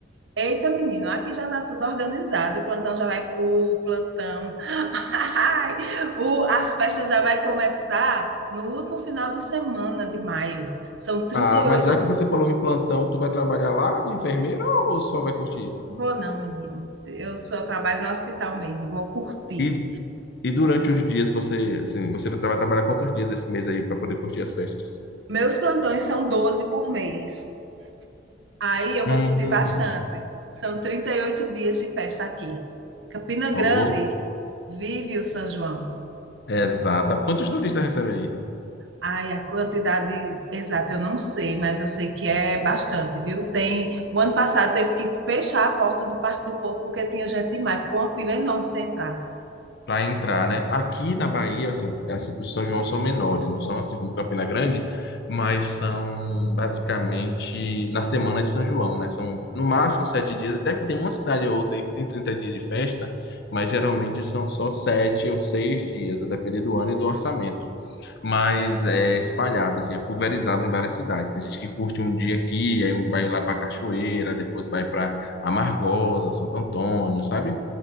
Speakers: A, on the right (about 80°); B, on the left (about 65°).
A: Eita, menino, aqui já está tudo organizado. O plantão já vai. O plantão. <laughs> o- as festas já vai começar no último final de semana de maio. São trinta
B: Ah,
A: e
B: mas
A: oito.
B: já que você falou em plantão, tu vai trabalhar lá de enfermeira ou só vai curtir?
A: Vou não, menino. Eu só trabalho no hospital mesmo. Vou curtir.
B: E, e durante os dias você, assim, você vai vai trabalhar quantos dias esse mês aí para poder curtir as festas?
A: Meus plantões são 12 por mês. Aí eu vou
B: Hum,
A: curtir bastante. São 38 dias de festa aqui. Campina Grande
B: oh,
A: vive o São João.
B: exata. Quantos turistas recebe aí?
A: Ai, a quantidade exata eu não sei, mas eu sei que é bastante, viu? Tem, o ano passado teve que fechar a porta do Parque do Povo porque tinha gente demais, ficou uma fila enorme sem entrar.
B: para entrar, né? Aqui na Bahia, assim, as- os São João são menores, não são assim como Campina Grande, mas são basicamente na semana de São João, né? São no máximo sete dias. Deve ter uma cidade ou outra aí que tem 30 dias de festa, mas geralmente são só sete ou seis dias, a depender do ano e do orçamento. Mas é espalhado, assim, é pulverizado em várias cidades. Tem gente que curte um dia aqui, aí vai lá para Cachoeira, depois vai para Amargosa, Santo Antônio, sabe?